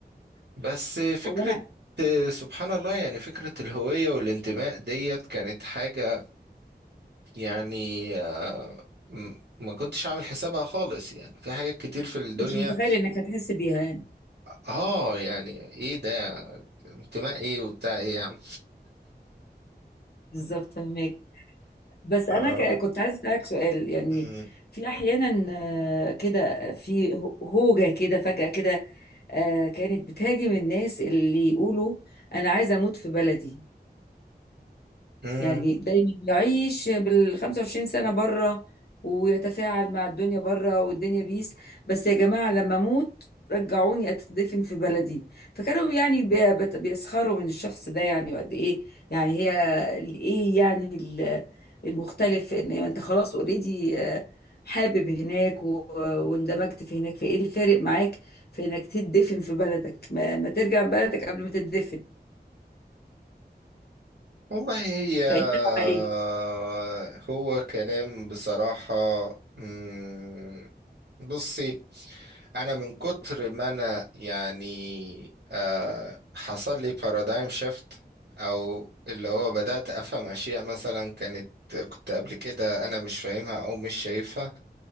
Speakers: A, on the right (about 85°); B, on the left (about 65°).
A: بس فكرة
B: هو انا
A: آه، سبحان الله يعني فكرة الهوية والانتماء ديت كانت حاجة يعني آه، م- ما كنتش عامل حسابها خالص يعني في حاجات كتير في الدنيا
B: كنت متخيل انك هتحس بيها يعني
A: اه يعني ايه ده انتماء ايه وبتاع ايه يا عم
B: بالظبط فهمك بس انا
A: آه.
B: ك- كنت عايزه اسالك سؤال يعني
A: مم.
B: في احيانا آه، كده في هو- هوجه كده فجاه كده آه، كانت بتهاجم الناس اللي يقولوا انا عايزه اموت في بلدي
A: مم.
B: يعني دايما يعيش بال 25 سنة بره ويتفاعل مع الدنيا بره والدنيا بيس بس يا جماعة لما اموت رجعوني اتدفن في بلدي فكانوا يعني بي- بت- بيسخروا من الشخص ده يعني وقد ايه يعني هي ال- ايه يعني ال- المختلف ان انت خلاص اوريدي حابب هناك و- واندمجت في هناك فايه الفارق معاك في انك تدفن في بلدك ما, ما ترجع بلدك قبل ما تدفن
A: والله هي
B: فانت
A: آه،
B: مع ايه؟
A: هو كلام بصراحة مم. بصي انا من كتر ما انا يعني آه حصل لي بارادايم شيفت او اللي هو بدأت افهم اشياء مثلا كانت كنت قبل كده انا مش فاهمها او مش شايفها